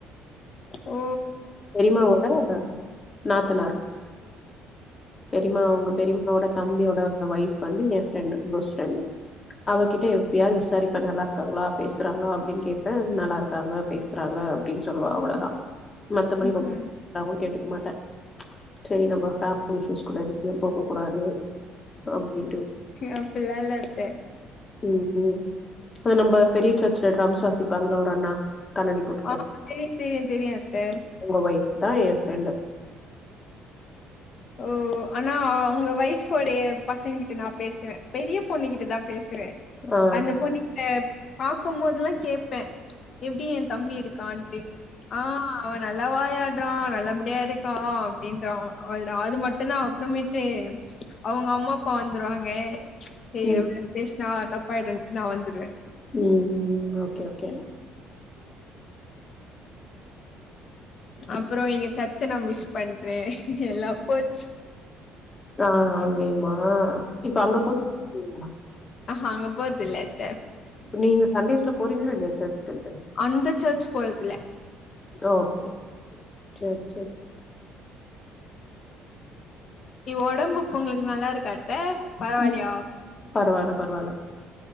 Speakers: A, on the left; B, on the left.
A: ஓ
B: பெரியம்மாவோட ப நாத்தனார் பெரியமா உங்க பெரியமாவோட தம்பியோட அந்த ஒய்ஃப் வந்து ஏ ஃப்ரெண்டு க்ளோஸ் ஃப்ரெண்டு அவகிட்ட எப்பயாவ்து விசாரிப்பே நல்லாருக்காங்ளா பேசுறாங்ளா அப்டின்னு கேப்பே நல்லாருக்காங்க பேசுறாங்க அப்டின்னு சொல்லுவா அவ்ளோதா மத்தபடி
A: ம்ஹும்.
B: ரொம் <inaudible> கேட்டுக்க மாட்டே செரி நம்ம ஃபேமிலி இஷ்யூஸ் கூட எதுவுமே போக கூடாது அப்டின்ட்டு
A: அப்டிலால்ல அத்தே
B: ம்ஹும் அத நம்ப பெரிய சர்ச்ல டிரம்ஸ் வாசிப்பாங்கவ ஒரு அண்ணா கண்ணாடி போட்டுட்டு
A: ஆ தெரியூ தெரியூ தெரியூ அத்தே
B: உ வைஃப் தா ஏ ஃப்ரெண்டு
A: ஓ ஆனா உங்க வய்ஃபோடைய பசங்கிட்ட நா பேசுவே பெரிய பொண்ணு கிட்டதா பேசுவே
B: ஆ
A: அந்த பொண்ணுகிட்ட பாக்கும்போதுலா கேப்பே எப்டி ஏந்தம்பி இருக்கான்ட்டு ஆ அவனா நல்லா வாயாட்றா நல்லபடியா இருக்கா அப்டின்றா அவுள்தா அது மட்டுந்தா அப்றமேட்டு அவுங்கம்மாப்பா வந்துருவாங்க சே
B: ம்
A: <unintelligible> பேஸ் நா தப்பாய்டூன்ட்டு நா வந்துருவே
B: ம் ஓகே ஓகே
A: அப்றோ இங்க சர்ச்ச நா மிஸ் பண்றே எல்லா போச்
B: ஆ ஆ ஏம்மா இப்ப அங்க போயிட் <unintelligible>
A: அஹ் அங்க போர்த்தில்ல அத்த
B: நீங்க சண்டேஸ்ல போறீங்களா இல்லையா <unintelligible>
A: அந்த சர்ச் போர்தில்ல
B: ஓகே சேர் சேர்
A: நீ ஒடம்பு இப்போ உங்களுக்கு நல்லா இருக்கா த்த பரவாலியா?
B: ம் பரவால்ல பரவால்ல